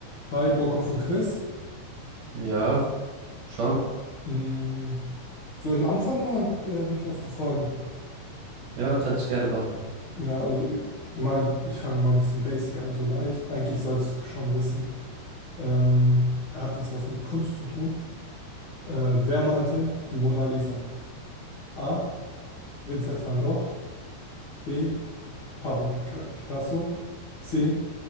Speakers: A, on the left; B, on the right.
A: Hi, Bock auf ein Quiz?
B: Ja, schon.
A: Mm, soll ich anfangen mal, äh, dich was zu fragen?
B: Ja, kannst du gerne machen.
A: Ja, also ü- mal, ich fange mal ein bisschen basic an, so leicht. Eigentlich sollst du schon wissen. Ähm, hat es was mit Kunst zu tun? Äh, wer malte die Mona Lisa? A. Vincent van Gogh. B. Pablo Pica- Picasso. C.